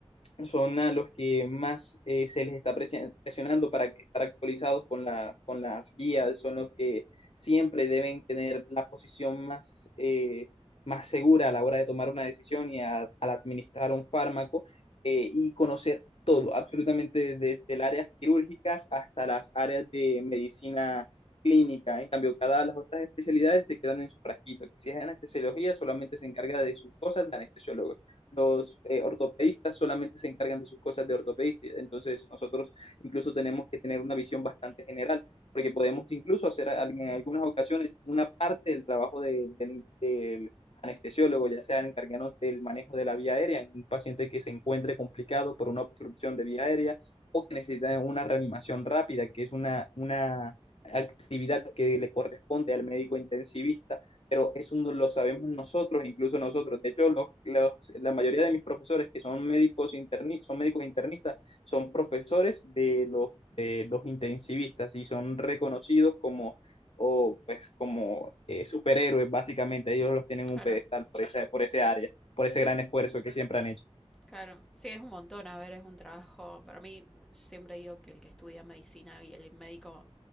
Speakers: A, on the left (about 65°); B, in the centre.
A: son a los que más eh, se les está presionando para estar actualizados con las, con las guías, son los que siempre deben tener la posición más, eh, más segura a la hora de tomar una decisión y a- al administrar un fármaco eh, y conocer todo, absolutamente desde las áreas quirúrgicas hasta las áreas de medicina clínica. En cambio, cada las otras especialidades se quedan en su frasquito. Si es anestesiología, solamente se encarga de sus cosas de anestesiólogos los eh, ortopedistas solamente se encargan de sus cosas de ortopedista, entonces nosotros incluso tenemos que tener una visión bastante general, porque podemos incluso hacer en algunas ocasiones una parte del trabajo del de, de anestesiólogo, ya sea encargándonos del manejo de la vía aérea en un paciente que se encuentre complicado por una obstrucción de vía aérea o que necesita una reanimación rápida, que es una, una actividad que le corresponde al médico intensivista pero eso no lo sabemos nosotros, incluso nosotros. De hecho, los, los- la mayoría de mis profesores que son médicos, interni- son médicos internistas son profesores de los, de los intensivistas y son reconocidos como, o, pues, como eh, superhéroes, básicamente. Ellos los tienen
B: Claro,
A: en un pedestal por esa, por ese área, por ese
B: claro,
A: gran esfuerzo que siempre han hecho.
B: claro. Sí, es un montón, a ver, es un trabajo. Para mí, siempre digo que el que estudia medicina y el médico